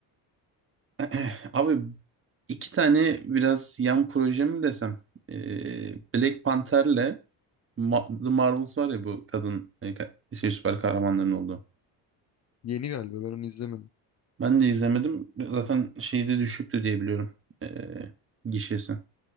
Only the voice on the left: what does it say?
Yeni galiba ben onu izlemedim.